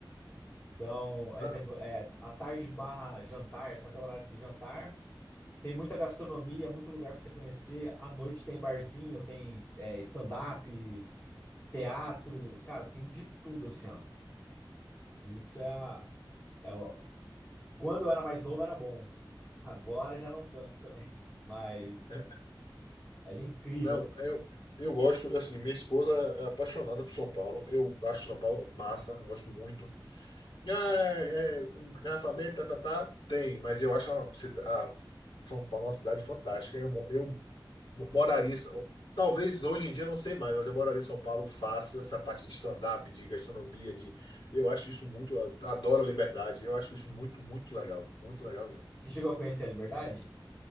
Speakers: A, on the left; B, on the left.
A: Então,
B: Na-
A: exemplo, é, à tarde barra jantar, esse é até o horário do jantar. Tem muita gastronomia, muito lugar para você conhecer. À noite tem barzinho, tem é, stand-up, teatro, cara, tem de tudo assim, ó. Isso é a, é o- Quando eu era mais novo era bom. Agora já não tanto também. <laughs> Mas
B: é,
A: era incrível.
B: Não, eu, eu gosto, assim, minha esposa é apaixonada por São Paulo. Eu acho São Paulo massa, gosto muito. Ah, é, é, engarrafamento, tá, tá, tá, tem, mas eu acho uma cida- a São Paulo é uma cidade fantástica. Eu, mo- eu mo- moraria, em São- talvez hoje em dia eu não sei mais, mas eu moraria em São Paulo fácil. Essa parte de stand-up, de gastronomia, de, eu acho isso muito, adoro a liberdade. Eu acho isso muito, muito legal, muito legal mesmo.
A: Você chegou a conhecer a Liberdade?